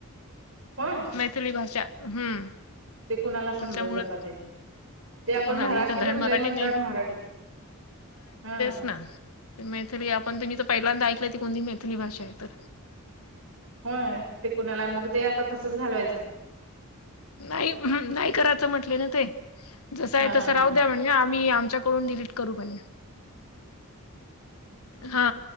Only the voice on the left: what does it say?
मैथली भाषा, हम्म
त्याच्यामुळे
कोणाला
इथं धड
मराठी
नाही
मैथली आपण त ते मी तर पहिल्यांदा ऐकलंय ती कोणती मैथली भाषा आहे तर
नाही् नाही करायचं म्हटले ना ते जसं
आहे तसं
राहू
द्या म्हणे आम्ही आमच्याकडून डिलीट करू म्हणे हा